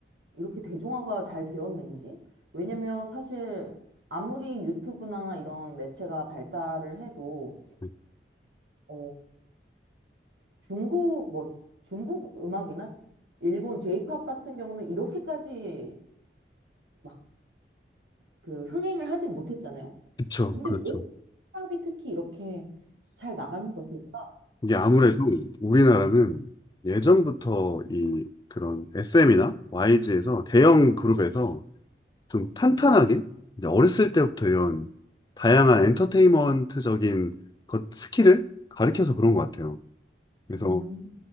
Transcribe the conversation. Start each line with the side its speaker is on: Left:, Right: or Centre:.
Right: 이렇게 대중화가 잘 되었는지? 왜냐면 사실 아무리 유튜브나 이런 매체가 발달을 해도
Left: 네.
Right: 어, 중국 뭐 중국 음악이나 일본 J-pop 같은 경우는 이렇게까지 막 그 흥행을 하진 못했잖아요.
Left: 그쵸.
Right: 근데
Left: 그렇죠.
Right: 왜 힙합이 특히 이렇게 잘 나가는 것일까라는
Left: 이게 아무래도 우리나라는 예전부터 이 그런 SM이나 YG에서 대형 그룹에서 좀 탄탄하게
Right: 네.
Left: 이제 어렸을 때부터 이런 다양한 엔터테인먼트적인 것 스킬을 가르쳐서 그런 것 같아요. 그래서
Right: 음.